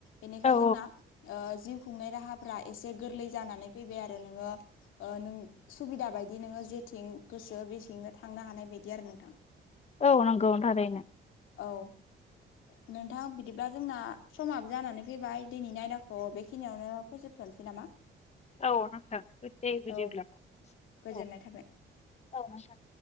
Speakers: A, on the left; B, on the left.
A: बेनिखाय
B: औ
A: जोंना ओ जिउ खुंनाय राहाफ्रा एसे गोरलै जानानै फैबाय आरो नोंङो ओ नों सुबिदा बायदि नोंङो जेथिं गोसो बेसेंनो थांनो हानाय बायदि आरो नोंथां।
B: औ नंगौ थारैनो।
A: औ। नोंथां बिदिब्ला जोंना समाबो जानानै फैबाय दिनैनि आयदाखौ बेखिनियावनो फोजोबथनोसै नामा?
B: औ नोंथां बिदि बिदिब्ला
A: औ
B: औ
A: गोजोननाय
B: औ
A: थाबाय
B: नोंथां।